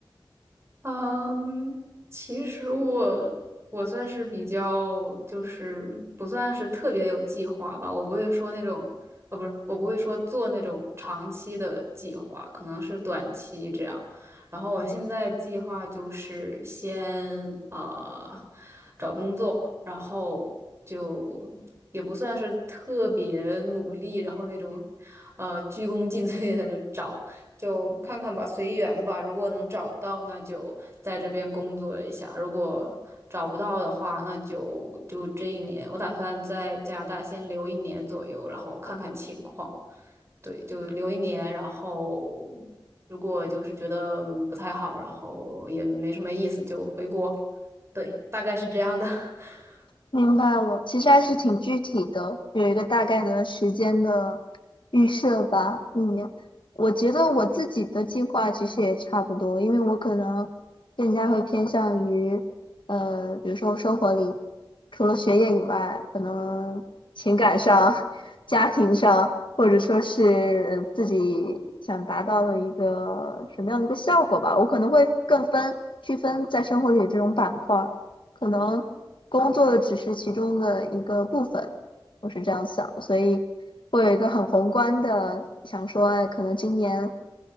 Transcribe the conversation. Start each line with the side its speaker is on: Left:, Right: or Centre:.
Right: 嗯，其实我我算是比较，就是不算是特别有计划吧。我不会说那种，呃，不是，我不会说做那种长期的计划，可能是短期这样。然后我现在计划就是先呃找工作，然后就也不算是特别努力，然后那种呃鞠躬尽 <laughs> 瘁在那找。就看看吧，随缘吧。如果能找到，那就在这边工作一下；如果找不到的话，那就就这一年，我打算在加拿大先留一年左右，然后看看情况。对，就留一年，然后如果就是觉得嗯不太好，然后也没什么意思，就回国。对，大概是这样的。<laughs>
Left: 明白了，其实还是挺具体的，有一个大概的时间的预设吧。嗯，我觉得我自己的计划其实也差不多，因为我可能更加会偏向于，呃，比如说生活里除了学业以外，可能情感上、<laughs> 家庭上，或者说是呃自己想达到的一个什么样的一个效果吧，我可能会更分区分在生活里这种板块。可能工作只是其中的一个部分，我是这样想的，所以会有一个很宏观的想说，哎，可能今年